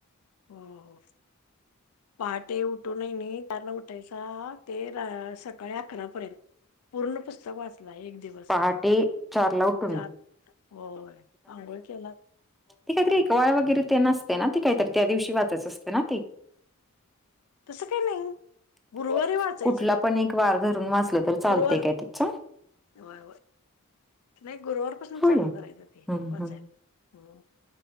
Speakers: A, on the left; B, in the centre.
A: हो हो. पहाटे उठूनयनी चारला उठ सहा ते सकाळी अकरा पर्यंत पूर्ण पुस्तक वाचला. एक दिवस.
B: पहाटे चारला उठून
A: चार. होय. आंघोळ केलात
B: <unintelligible> पोळ्या वगैरे तेन असते ना. ते काहीतरी त्या दिवशी वाचायचं असतय ना ते. <inaudible>
A: तसं काही नाही गुरुवारी वाचायचं
B: कुठला पण एक वार धरून वाचलं तर चालतय
A: गुरुवार
B: काय त्याच.
A: होय होय. नाही गुरुवारपासून चालू
B: होय
A: करायच ते.
B: हम्म हम्म
A: वाचायला. हो.